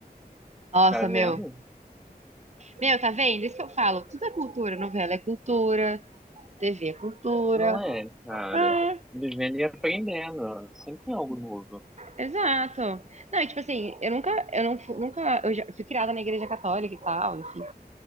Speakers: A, on the right; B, in the centre.
A: Nossa,
B: Tá vendo?
A: meu. Meu, tá vendo? Isso que eu falo. Tudo é cultura. Novela é cultura, TV é cultura.
B: Não é, cara.
A: Ah,
B: Vivendo e aprendendo. Sempre tem algo novo.
A: exato. Não, e tipo assim, eu nunca, eu não, fu- nunca, eu já fui criada na igreja católica e tal, enfim.